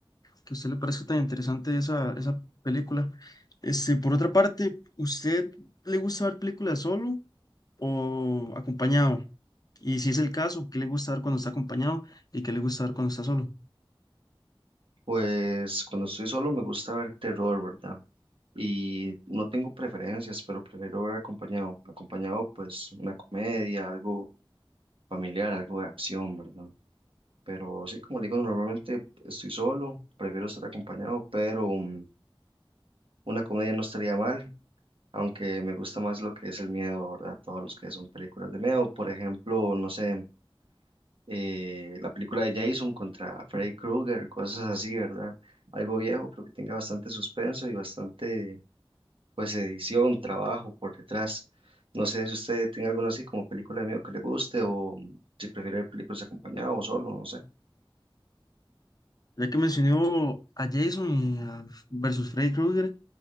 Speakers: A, on the left; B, on the right.
A: que a usted le parezca tan interesante esa, esa película. Este, por otra parte, ¿usted le gusta ver películas solo o acompañado? Y si es el caso, ¿qué le gusta ver cuando está acompañado y qué le gusta ver cuando está solo?
B: Pues cuando estoy solo me gusta ver terror, ¿verdad? Y no tengo preferencias, pero prefiero ver acompañado. Acompañado pues una comedia, algo familiar, algo de acción, ¿verdad? Pero sí, como le digo, normalmente estoy solo, prefiero estar acompañado, pero mm, una comedia no estaría mal, aunque me gusta más lo que es el miedo, ¿verdad? Todos los que son películas de miedo, por ejemplo, no sé, eh, la película de Jason contra Freddy Krueger, cosas así, ¿verdad? Algo viejo, pero que tenga bastante suspenso y bastante, pues, edición, trabajo por detrás. No sé si usted tenga alguna así como película de miedo que le guste o mm, si prefiere ver películas acompañado o solo, no sé.
A: Ya que mencionó a Jason y a versus Freddy Krueger,